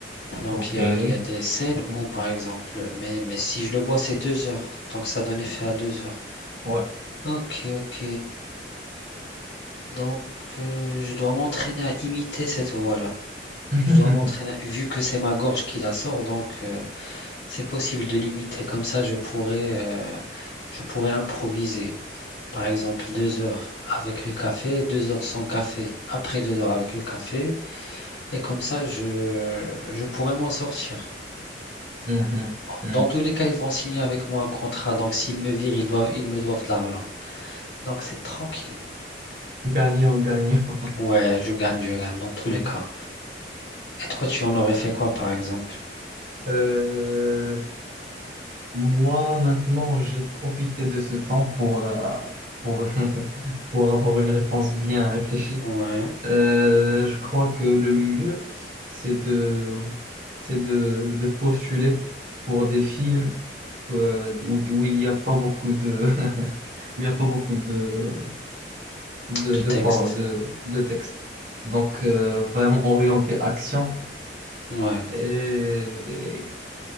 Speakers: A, on the left; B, on the right.
A: Donc
B: Ok,
A: il y a, il y a des scènes
B: ok.
A: où, par exemple, mais, mais si je le bois, c'est deux heures. Donc ça donne effet à deux heures.
B: Ouais.
A: Ok, ok. Donc euh, je dois m'entraîner à imiter cette voix-là.
B: <laughs>
A: Je dois m'entraîner, vu que c'est ma gorge qui la sort, donc euh, c'est possible de l'imiter. Comme ça, je pourrais, euh, je pourrais improviser. Par exemple, deux heures avec le café, deux heures sans café. Après deux heures avec le café. Et comme ça, je, je pourrais m'en sortir.
B: Mhm,
A: Mm.
B: mhm.
A: Dans tous les cas, ils vont signer avec moi un contrat. Donc, s'ils me virent, ils doivent, ils me doivent de l'argent. Donc, c'est tranquille.
B: Gagnant, gagnant.
A: Ouais, je gagne, je gagne, dans tous les
B: <laughs>
A: cas. Et toi, tu en aurais fait quoi, par exemple?
B: Euh, Moi, maintenant, j'ai profité de ce temps pour, euh, pour, <laughs> pour avoir une réponse bien réfléchie.
A: Ouais,
B: Euh, je crois que le mieux, c'est de, c'est de, de postuler pour des films euh, où, où il n'y a pas beaucoup de, <laughs> où il n'y a pas beaucoup de, de,
A: de texte.
B: de, paroles, de, de texte. Donc, euh, vraiment orienté action.
A: Ouais.
B: Et, et